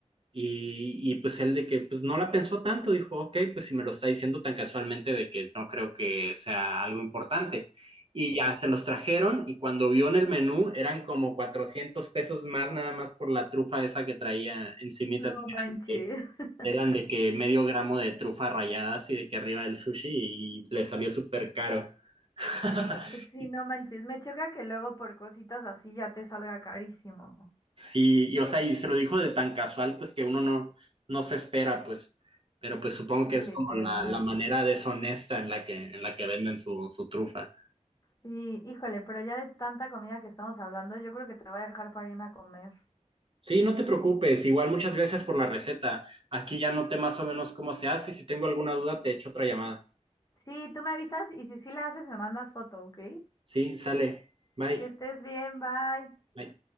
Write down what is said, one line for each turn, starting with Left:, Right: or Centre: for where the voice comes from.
Right: Y, y pues él de que pues no la pensó tanto, dijo, ok, pues si me lo está diciendo tan casualmente de que no creo que sea algo importante. Y ya se los trajeron y cuando vio en el menú eran como 400 pesos más nada más por la trufa esa que traía encimita,
Left: no
Right: así que eran
Left: manches.
Right: de,
Left: <laughs>
Right: eran de que medio gramo de trufa rallada así de que arriba del sushi y le salió súper caro. <laughs>
Left: Sí, no manches. Me choca que luego por cositas así ya te salga carísimo.
Right: Sí, y o sea, y se lo dijo de tan casual, pues que uno no, no se espera, pues, pero pues supongo
Left: Sí,
Right: que es
Left: literal.
Right: como la, la manera deshonesta en la que, en la que venden su, su trufa.
Left: Y híjole, pero ya de tanta comida que estamos hablando, yo creo que te voy a dejar para irme a comer.
Right: Sí, no te preocupes, igual muchas gracias por la receta. Aquí ya noté más o menos cómo se hace y si tengo alguna duda te echo otra llamada.
Left: Sí, tú me avisas y si sí la haces, me mandas foto, ¿ok?
Right: Sí, sale. Bye.
Left: Que estés bien, bye.
Right: Bye.